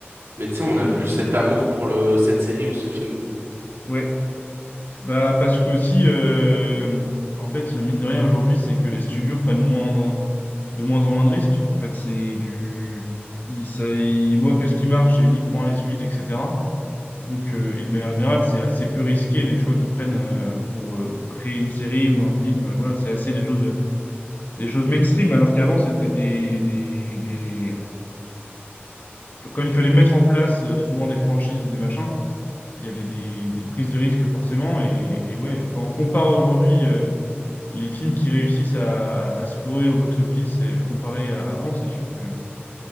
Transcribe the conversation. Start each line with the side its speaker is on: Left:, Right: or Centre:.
Right: mais tu sais, on
Left: Et qu'on...
Right: n'a plus cet amour pour le... cette série ou ce film.
Left: Ouais. Bah, parce que aussi, euh, en fait, mine de rien, aujourd'hui, c'est que les studios prennent moins, de moins en moins de risques. En fait, c'est du... Ils, ça- ils voient que ce qui marche, c'est uniquement les suites, etc. Donc, euh, et de manière générale, c'est assez peu risqué les choix qu'ils prennent euh, pour, euh, pour créer une série ou un film. Euh, voilà, c'est assez des choses, c'est des choses mainstream, alors qu'avant, c'était des, des, des- Quand il fallait mettre en place euh, souvent des franchises ou des machins, il y avait des, des prises de risques forcément. Et, et ouais, quand on compare aujourd'hui euh, les films qui réussissent à, à scorer au box-office et comparé à avant, c'est sûr que